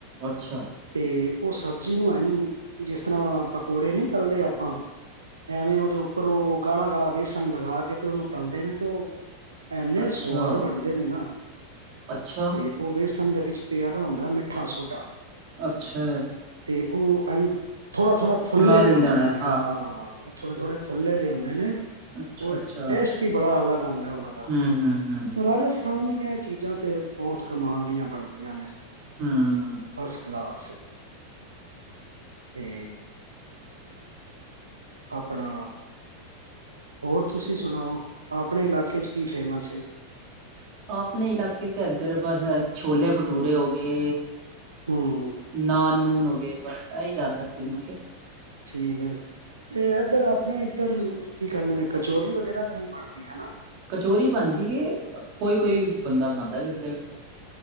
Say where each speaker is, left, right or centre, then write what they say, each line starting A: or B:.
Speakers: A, on the right; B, on the right.
A: ਅੱਛਾ।
B: ਤੇ ਓ ਸਬਜ਼ੀ ਨੂੰ ਐਂਜ, ਜਿਸ ਤਰਾਂ ਪਕੌੜੇ ਨੀ ਤੱਲਦੇ ਆਪਾਂ ਐਵੇਂ ਓਦੇ ਉੱਪਰ ਓ ਗਾੜਾ, ਗਾੜਾ ਵੇਸਨ ਲਗਾ ਕੇ, ਤੇ ਓਨੂੰ ਤੱਲਦੇ ਨੇ, ਤੇ ਓ ਐਨੇ
A: ਅੱਛਾ,
B: ਸਵਾਦ ਬਣਦੇ ਨੇ ਨਾ
A: ਅੱਛਾ।
B: ਤੇ ਓ ਵੇਸਨ ਦੇ ਵਿੱਚ ਪੇਯਾ ਦਾ ਹੁੰਦੈ। ਮਿੱਠਾ ਸੋਡਾ
A: ਅੱਛਾ।
B: ਤੇ ਓ ਐਂਜ ਥੋੜਾ- ਥੋੜਾ ਫੁੱਲੇ
A: ਫੁਲਾ
B: ਦੇ
A: ਦਿੰਦਾ
B: ਹੁੰਦੇ
A: ਹੋਣਾ
B: ਨੇ।
A: ਹਾਂ-ਹਾਂ,
B: ਹਾਂ ਥੋੜੇ- ਥੋੜੇ ਫੁੱਲੇ ਦੇ ਹੋਂਦੇ ਨੇ।
A: ਅੱਛਾ-ਅੱਛਾ,
B: ਔਰ ਟੇਸਟ ਈ ਬੜਾ ਅਲਗ ਆਂਦੈ ਓਨਾਂ ਦਾ।
A: ਹੂੰ-ਹੂੰ-ਹੂੰ।
B: ਰਾਜਸਥਾਨ ਦੀਆਂ ਏ ਚੀਜ਼ਾਂ ਤੇ ਬੋਤ ਕਮਾਲ ਦੀਆਂ ਬਣਦੀਆਂ ਨੇ।
A: ਹੂੰ।
B: ਫਸਟ ਕਲਾਸ ਤੇ। ਆਪਣਾ ਹੋਰ, ਤੁਸੀ ਸੁਨਾਓ। ਆਪਣੇ ਇਲਾਕੇ ਚ ਕੀ ਫੇਮਸ ਏ?
A: ਆਪਨੇ ਇਲਾਕੇ ਚ ਐੱਧਰ ਬਾੱਸ ਐ ਛੋਲੇ-ਬਟੂਰੇ ਹੋਗੇ।
B: ਹੂੰ।
A: ਨਾਨ- ਨੂਨ ਹੋਗੇ। ਬਾੱਸ ਐਈ ਜਾਦਾਤਰ ਫੇਮਸ ਏ।
B: ਠੀਕ ਐ। ਇਹ ਇੱਧਰ ਆਪਣੇ ਇੱਧਰ ਕੀ ਕਹਿੰਦੇ ਨੇ। ਕਚੋਰੀ ਵਗੈਰਾ ਤਾਂ ਨਹੀਂ ਬਣਦੀ ਹਨਾ।
A: ਕਚੋਰੀ ਬਣਦੀ ਏ। ਕੋਈ - ਕੋਈ ਬੰਦਾ ਬਣਾਉਂਦਾ ਵਿਰਲੇ ਵਿਰਲੇ।